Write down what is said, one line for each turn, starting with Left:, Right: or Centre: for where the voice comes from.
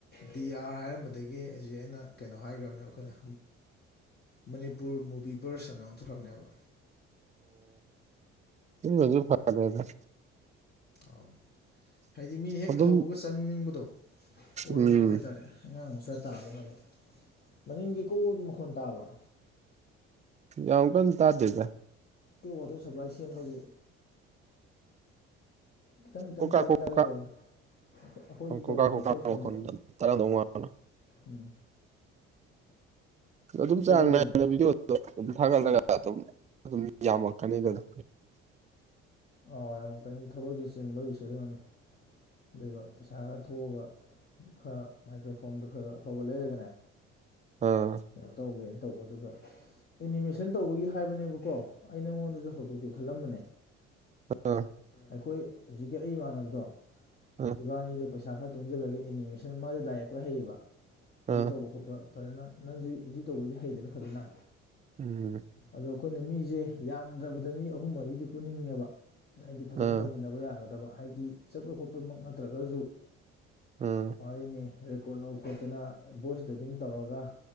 Left: ꯗꯤ ꯑꯥꯔ ꯍꯥꯏꯔꯝꯕꯗꯒꯤ ꯍꯧꯖꯤꯛ ꯑꯩꯅ ꯀꯩꯅꯣ ꯍꯥꯏꯈ꯭ꯔꯕꯅꯦ ꯑꯩꯈꯣꯏꯅ꯫ ꯃꯅꯤꯄꯨꯔ ꯃꯨꯚꯤ ꯚꯔꯁ ꯑꯅ ꯑꯣꯟꯊꯣꯛꯈꯕꯅꯦꯕ꯫
Right: ꯑꯣ ꯐ ꯂꯩꯗ꯫
Left: ꯑ ꯍꯥꯏꯗꯤ ꯃꯤꯅ ꯍꯦꯛ
Right: ꯑꯗꯨꯝ
Left: ꯍꯧꯕꯒ ꯆꯪꯅꯤꯡꯕꯗꯣ꯫ ꯑꯣꯏꯅꯕ
Right: ꯎꯝ
Left: ꯍꯥꯏꯇꯥꯔꯦ ꯑꯉꯥꯡ ꯃꯆꯥ ꯇꯥꯗꯅꯕ꯫ ꯃꯅꯤꯡꯒꯤ ꯀꯣꯛ ꯑꯗꯨ ꯃꯈꯣꯟ ꯇꯥꯕ꯭ꯔꯥ꯫
Right: ꯌꯥꯝ ꯀꯟ ꯇꯥꯗꯦꯒ꯫
Left: ꯀ ꯋꯥꯇꯔ ꯁꯄ꯭ꯂꯥꯏ ꯁꯦꯝꯕꯒꯦ꯫ ꯈꯤꯇꯪ ꯈꯤꯇꯪ
Right: ꯀꯣꯀꯥ
Left: ꯇꯥꯒꯦ
Right: ꯀꯣꯀꯥ
Left: ꯇꯥꯒꯦ ꯇꯧꯋꯦ꯫ ꯑꯩꯈꯣꯏꯁꯨ
Right: ꯀꯣꯀꯥ
Left: ꯇꯧꯋꯦꯕ
Right: ꯀꯣꯀꯥ
Left: ꯑꯩꯈꯣꯏ ꯁꯣꯟꯗ
Right: ꯃꯈꯣꯟ ꯇꯥꯔꯝꯗꯧ ꯃꯥꯟꯕ
Left: ꯎꯝ꯫
Right: ꯑꯗꯨꯝ
Left: ꯀꯩꯗꯧꯔꯤꯅꯣ
Right: ꯆꯥꯡ ꯅꯥꯏꯅ ꯕꯤꯗꯤꯑꯣꯗ ꯑꯗꯨꯝ ꯊꯥꯒꯠꯂꯒ ꯑꯗꯨꯝ꯫ ꯌꯥꯝꯃꯛꯀꯅꯤꯗꯅ
Left: ꯑꯥꯎ ꯌꯥꯝꯃꯛꯀꯅꯤ꯫ ꯊꯕꯛꯀꯤ ꯆꯤꯟꯕꯒꯤ ꯁꯤꯖꯅꯤ ꯑꯗꯨꯒ ꯄꯩꯁꯥ ꯈꯔ ꯊꯣꯛꯑꯒ꯫ ꯈꯔ ꯃꯥꯏꯀ꯭ꯔꯣꯐꯣꯟꯗꯨ ꯈꯔ ꯈ ꯑꯐꯕ ꯂꯩꯔꯒꯅꯦ
Right: ꯑꯥ
Left: ꯀꯩꯅꯣ ꯇꯧꯒꯦꯅ꯫ ꯇꯧꯕ ꯑꯗꯨꯒ ꯑꯦꯅꯤꯃꯦꯁꯟ ꯇꯧꯕꯒꯤ ꯍꯥꯏꯕꯅꯦꯕꯀꯣ꯫ ꯑꯩ ꯅꯉꯣꯟꯗꯁꯨ ꯍꯧꯗꯣꯛꯀꯦ ꯈꯜꯂꯝꯕꯅꯦ
Right: ꯑꯥ
Left: ꯑꯩꯈꯣꯏ ꯍꯧꯖꯤꯛꯀꯤ ꯑꯩ ꯏꯃꯥꯟꯅꯕꯗꯣ꯫
Right: ꯑꯥ
Left: ꯏꯕꯥꯅꯤꯗ ꯄꯩꯁꯥ ꯈꯔ ꯇꯨꯡꯁꯤꯜꯂꯒ ꯑꯦꯅꯤꯃꯦꯁꯟ ꯃꯥꯁ ꯂꯥꯏ ꯌꯦꯛꯄ ꯍꯩꯌꯦꯕ꯫ ꯏꯗꯤꯠ
Right: ꯑꯥ
Left: ꯇꯧꯕ ꯈꯣꯠꯄ ꯐꯖꯅ ꯅꯪꯁꯨ ꯏꯗꯤꯠ ꯇꯧꯕꯩꯗꯤ ꯍꯩꯗꯅ ꯐꯖꯅ꯫
Right: ꯎꯝ꯫
Left: ꯑꯗꯣ ꯑꯩꯈꯣꯏꯅ ꯃꯤꯁꯦ ꯌꯥꯝꯗ꯭ꯔꯕꯗ ꯃꯤ ꯑꯍꯨꯝ ꯃꯔꯤꯗꯤ ꯄꯨꯅꯤꯡꯉꯦꯕ ꯍꯥꯏꯗꯤ ꯐꯖꯅ
Right: ꯑꯥ
Left: ꯇꯧꯃꯤꯟꯅꯕ ꯌꯥꯒꯗꯕ꯫ ꯍꯥꯏꯗꯤ ꯆꯠꯄ ꯈꯣꯠꯄꯃꯛ ꯅꯠꯇ꯭ꯔꯒꯁꯨ
Right: ꯑꯥ
Left: ꯋꯥꯔꯤꯅꯤ꯫ ꯈꯣꯠ ꯂꯧ ꯈꯣꯠꯇꯅ ꯚꯣꯏꯁ ꯗꯦꯕꯤꯡ ꯇꯧꯔꯒ